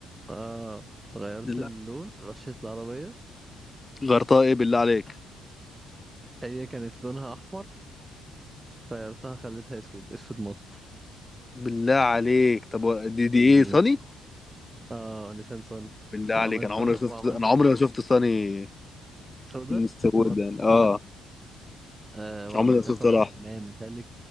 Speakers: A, on the right; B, on the left.
A: اه غيرت
B: بالله
A: اللون رشيت العربيه
B: غيرتها ايه بالله عليك
A: هي كانت لونها احمر غيرتها خليتها اسود اسود مط
B: بالله عليك طب و- دي دي
A: مم.
B: ايه صني
A: اه نيسان صاني
B: بالله
A: وعملت
B: عليك انا عمري
A: طبق
B: ما شفت
A: وعملت
B: انا عمري ما شفت صني
A: سودا
B: مستودا
A: مط
B: اه
A: آه وعملتها
B: عمري ما شفت
A: طبقة
B: ولا واحد
A: حماية ميتاليك